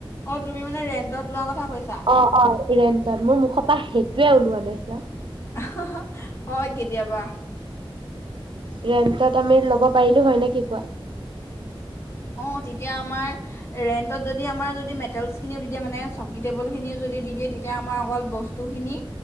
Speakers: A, on the left; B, on the right.
A: অহ ', তুমি মানে ৰেণ্টত লোৱা কথা কৈছা?
B: অহ ',- অহ ', ৰেন্টত মোৰ মুখৰ পৰা সেইটোয়ে ওলোৱা নাইছা।
A: আহ ', হা- হা হয় কেতিয়াবা।
B: ৰেন্টত আমি ল'ব পাৰিলো হয় নে কি কোৱা?
A: অহ ', তেতিয়া আমাৰ ৰেন্টত যদি আমাৰ যদি মেটেলচ খিনিও দি দিয়ে মানে চকী টেবল খিনিও যদি দি দিয়ে তেতিয়া আমাৰ অকল বস্তু খিনি